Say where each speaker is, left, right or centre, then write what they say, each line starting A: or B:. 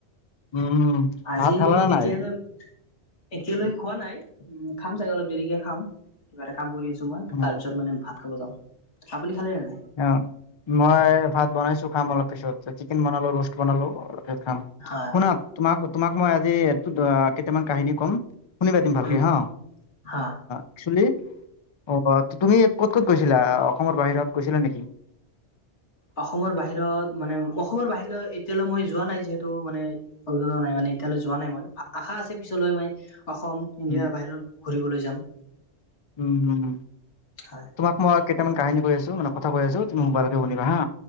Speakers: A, on the left (about 45°); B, on the left (about 85°).
A: উম
B: আজি
A: ভাত খালা নে
B: এতিয়া
A: নাই
B: নো একতিয়ালৈ খোৱা নাই উম খাম চাগে অলপ দেৰিকে খাম কিবা এটা কাম কৰি আছ। মই
A: উম
B: তাৰ পিছত মানে ভাত খাব যাম আপুনি। খালে নে নাই?
A: অ মই ভাত বনাইছো খাম অলপ পিছত চিকেন বনালো, ৰোষ্ট বনালো, অলপ খাম
B: হয়
A: শুনা
B: হয়
A: তোমাক তোমাক মই আজি এই কেইটামান কাহিনী ক'ম শুনি পাতিম ভালকৈ
B: উম
A: হাঁ
B: হা।
A: একচলি। আহ তুমি ক'ত ক'ত গৈছিলা অসমৰ বাহিৰত গৈছিলা নেকি?
B: অসমৰ বাহিৰত মানে অসমৰ বাহিৰত এতিয়ালৈ মই যোৱা নাই যিহেতু। মানে অভিজ্ঞতা নাই মানে এতিয়ালৈ যোৱা নাই মই আশা আছে পিছলৈ মান। অসম ইণ্ডিয়া
A: উম
B: বাহিৰত ঘূৰিবলৈ যাম।
A: উম হম
B: হয়
A: তোমাক মই কেইটামান কাহিনী ক'ই আছো মানে কথা কৈ আছো তুমি ভালকেসোনিবা হা